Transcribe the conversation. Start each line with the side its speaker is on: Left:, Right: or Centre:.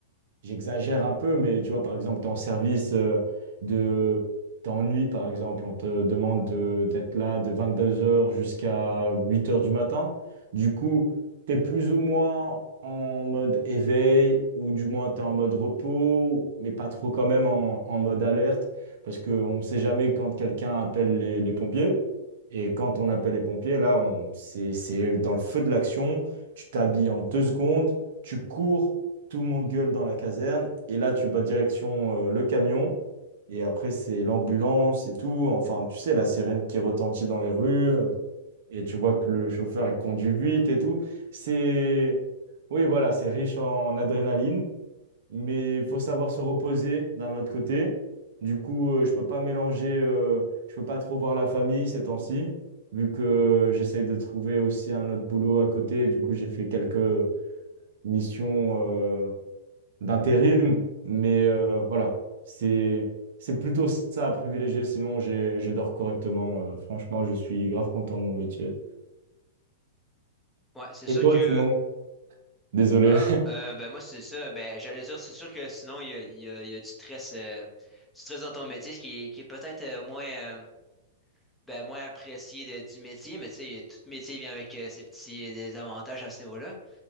Right: J'exagère un peu, mais tu vois, par exemple, tu es en service euh, de... T'es en nuit, par exemple, on te demande de- d'être là de vingt-deux heures jusqu'à huit heures du matin. Du coup, tu es plus ou moins en mode éveil, ou du moins tu es en mode repos, mais pas trop quand même en, en mode alerte, parce qu'on ne sait jamais quand quelqu'un appelle les, les pompiers. Et quand on appelle les pompiers, là, on, c'est, c'est dans le feu de l'action, tu t'habilles en deux secondes, tu cours tout le monde gueule dans la caserne, et là, tu vas direction euh, le camion, et après, c'est l'ambulance et tout. Enfin, tu sais, la sirène qui retentit dans les rues, euh, et tu vois que le chauffeur, il conduit vite et tout. C'est, oui, voilà, c'est riche en adrénaline, mais il faut savoir se reposer d'un autre côté. Du coup, euh, je peux pas mélanger, euh, je peux pas trop voir la famille ces temps-ci, vu que j'essaye de trouver aussi un autre boulot à côté. Du coup, j'ai fait quelques missions euh, d'intérim. Mais euh, voilà, c'est c'est plutôt ça à privilégier. Sinon, j'ai, je dors correctement. Euh, franchement, je suis grave content de mon métier.
Centre: Ouais, c'est sûr
Right: Et toi,
Centre: que
Right: sinon? Désolé.
Centre: Ah, euh, ben moi, c'est ça. Ben, j'allais dire, c'est sûr que sinon, il y a, il y a, il y a du stress, euh, du stress dans ton métier, ce qui est, qui est peut-être euh, moins, euh, ben, moins apprécié de- du métier, mais tu sais, tout métier vient avec euh, ses petits désavantages à ce niveau-là.